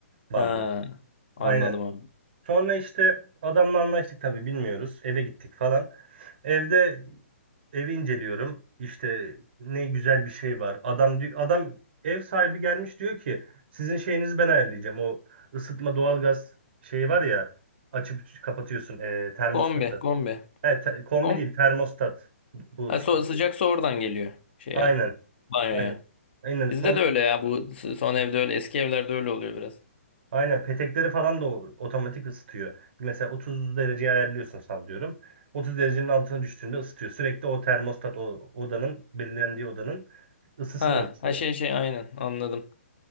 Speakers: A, on the right (about 45°); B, on the left (about 50°).
A: bandı.
B: Ha, anladım
A: Aynen.
B: abi.
A: Sonra işte adamla anlaştık tabii bilmiyoruz. Eve gittik falan. Evde evi inceliyorum. İşte ne güzel bir şey var. Adam di- adam ev sahibi gelmiş diyor ki sizin şeyinizi ben ayarlayacağım. O ısıtma doğalgaz şeyi var ya açıp kapatıyorsun e, termostatı.
B: Kombi, kombi.
A: He, te- kombi
B: Kom
A: değil termostat bu
B: ha,
A: şey.
B: so sıcak su oradan geliyor şeye,
A: Aynen.
B: banyoya.
A: Aynen. Aynen
B: Bizde de öyle ya. Bu s- son evde öyle. Eski evlerde öyle oluyor biraz.
A: Aynen petekleri falan da o- otomatik ısıtıyor. Mesela 30 dereceye ayarlıyorsun sallıyorum. 30 derecenin altına düştüğünde ısıtıyor. Sürekli o termostat o odanın belirlendiği odanın ısısını
B: Ha,
A: ölçüyor.
B: her şey şey aynen anladım.